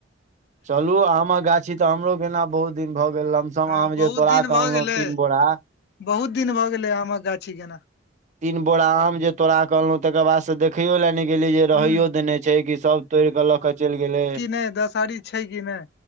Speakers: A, on the right; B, on the left.
A: चलू आमक गाछी तऽ हमरो गेना बहुत दिन भऽ गेल सब
B: हँ
A: आम
B: बहुत
A: जे तोरा
B: दिन
A: क
B: भऽ
A: अनलो
B: गेलै
A: तीन बोरा
B: बहुत दिन भऽ गेलै आमक गाछी गेना
A: तीन बोरा आम जे तोड़ा क अनलो तकर बाद से देख देखैयो लए नय गेलियै जे रहैयो
B: हूँ
A: देने छै कि सब तोड़ कऽ लऽ के चैल गेलै
B: नय दसहरी छै कि नय